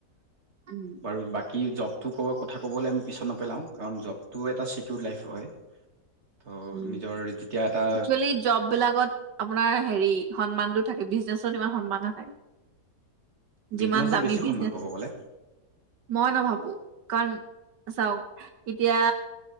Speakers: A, on the right; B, on the right.
A: উম
B: বাৰু বা কি জবটো ক'ৰ কথা ক'বলৈ আমি পিছত নেপেলাওঁ কাৰণ জবটোও এটা ছিকিউৰ লাইফ হয়। ত
A: উম
B: নিজৰ যেতিয়া এটা
A: একচুৱেলি জব বিলাকত আপোনাৰ হেৰি সন্মানতো থাকে বিজনেচত ইমান সন্মান নাথাকে।
B: বিজনেছত
A: যিমান দামি
B: বেছি সন্মান
A: বিজনেছ
B: ক'ব গ'লে
A: মই নাভাবো, কাৰণ চাওক এতিয়া